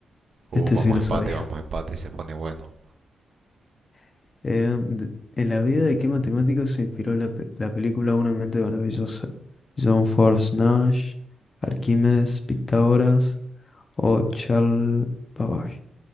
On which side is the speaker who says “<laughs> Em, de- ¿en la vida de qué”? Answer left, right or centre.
Left